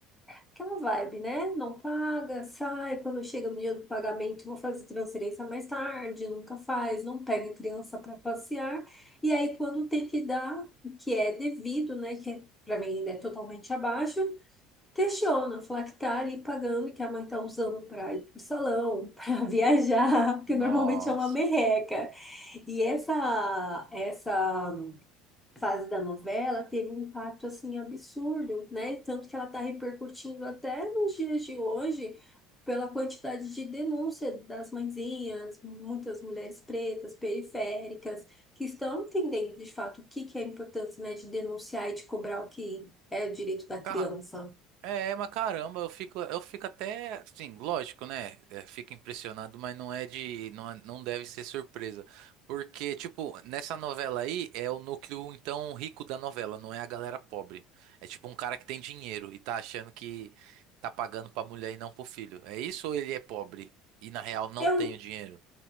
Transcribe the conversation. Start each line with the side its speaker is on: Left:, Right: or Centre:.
Centre: Aquela vibe, né? Não paga, sai, quando chega no dia do pagamento, vou fazer transferência mais tarde, nunca faz, não pega a criança para passear. E aí, quando tem que dar, o que é devido, né? Que é, para mim ainda é totalmente abaixo, questiona, fala que tá ali pagando, que a mãe tá usando para ir pro salão, <laughs> para viajar, porque
Right: nossa.
Centre: normalmente é uma merreca. E essa, essa fase da novela teve um impacto assim absurdo, né? Tanto que ela está repercutindo até nos dias de hoje pela quantidade de denúncia das mãezinhas, muitas mulheres pretas, periféricas, que estão entendendo de fato o que que é a importância, né, de denunciar e de cobrar o que é o direito da
Right: Ca-
Centre: criança.
Right: É, mas caramba, eu fico, eu fico até, assim, lógico, né? É, fico impressionado, mas não é de, não, é- não deve ser surpresa, porque tipo nessa novela aí é o núcleo então rico da novela, não é a galera pobre. É tipo um cara que tem dinheiro e tá achando que tá pagando pra mulher e não pro filho. É isso ou ele é pobre e na real não
Centre: Eu
Right: tem o dinheiro?